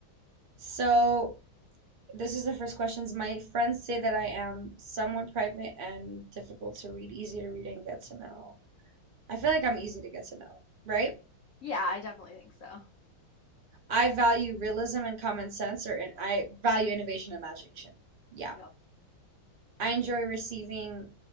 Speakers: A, on the right; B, on the left.
A: So this is the first questions. My friends say that I am somewhat private and difficult to read, easy to read and get to know. I feel like I'm easy to get to know, right?
B: Yeah, I definitely think so.
A: I value realism and common sense, or in, I value innovation and imagination. Yeah.
B: Yep.
A: I enjoy receiving